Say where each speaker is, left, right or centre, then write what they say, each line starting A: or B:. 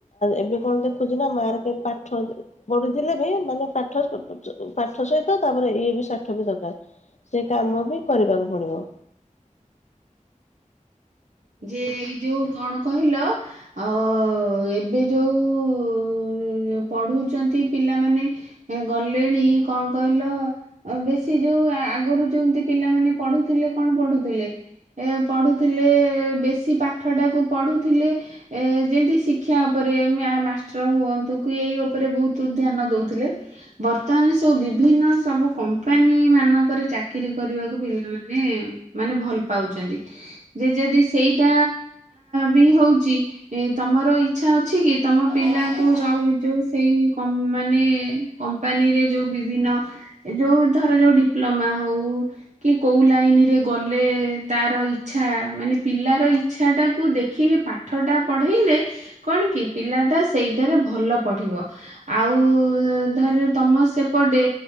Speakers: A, on the left; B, on the right.
A: ଏବେ କଣ ଦେଖୁଛି ନା ମାର୍ ପାଠ ପଢିଥିଲେ ବି ମାନେ ପାଠ ପାଠ ସହିତ ତାପରେ ଇଏ ବି ସାଠ ବି ଦରକାର ସେ କାମ ବି କରିବାକୁ ପଡିବ।
B: ଯେ ଏଇ ଯୋଉ କଣ କହିଲ ଆଉ ଅ ଏବେ ଯୋଉ ପଢୁଛନ୍ତି ପିଲାମାନେ ଗଲେଣି କଣ କହିଲ ବେଶୀ ଯୋଉ ଆଗରୁ ଯେମତି ପିଲାମାନେ ପଢୁଥିଲେ କଣ ପଢୁଥିଲେ ଏ ପଢୁଥିଲେ। ବ ପାଠ ଟାକୁ ପଢୁଥିଲେ ଏ ଯେମିତି ଶିକ୍ଷା ଉପରେ ମାଷ୍ଟର ହୁଅନ୍ତୁ କି ଏଇ ଉପରେ ବହୁତ ଧ୍ୟାନ ଦଉଥିଲେ ବର୍ତ୍ତମାନ ସବୁ ବିଭିନ୍ନ ସବୁ କମ୍ପାନୀ ମାନଙ୍କରେ ଚାକିରୀ କରିବାକୁ ପିଲାମାନେ ମାନେ ଭଲ ପାଉଛନ୍ତି ଯେ ଯଦି ସେଇଟା ବି ହଉଛି ତମର ଇଚ୍ଛା ଅଛି କି ତମ ପିଲାଙ୍କୁ ଯୋଉ ସେଇ ମାନେ କମ୍ପାନୀରେ ଯୋଉ ବିଭିନ୍ନ ଯୋଉ ଧର ଯୋଉ ଡିପ୍ଲୋମା ହଉ କି କୋଉ ଲାଇନରେ ଗଲେ ତାର ଇଚ୍ଛା ମାନେ ପିଲାର ଇଚ୍ଛାଟାକୁ ଦେଖିକି ପାଠଟା ପଢେଇଲେ କଣ କି ପିଲାଟା ସେଇଟାରେ ଭଲ ପଢିବ ଆଉ ଧର ତମ ସେପଟେ